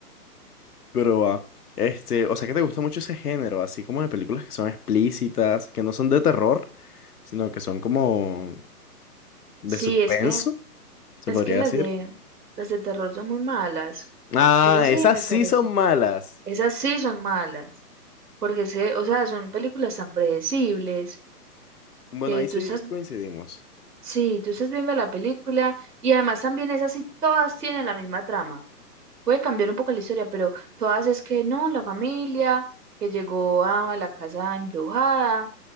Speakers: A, on the left; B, on the right.
A: Pero, ah, este, o sea que te gusta mucho ese género, así como de películas que son explícitas, que no son de terror, sino que son como de
B: Sí,
A: suspenso,
B: es que,
A: se
B: es
A: podría
B: que las
A: decir.
B: de, las de terror son muy malas.
A: Ah,
B: Esas sí
A: esas
B: me
A: sí
B: parecen.
A: son malas.
B: Esas sí son malas, porque se, o sea, son películas tan predecibles
A: Bueno,
B: que
A: ahí sí
B: tú estás,
A: coincidimos.
B: sí, tú estás viendo la película y además también esas sí todas tienen la misma trama. Puede cambiar un poco la historia, pero todas es que no, la familia que llegó a la casa embrujada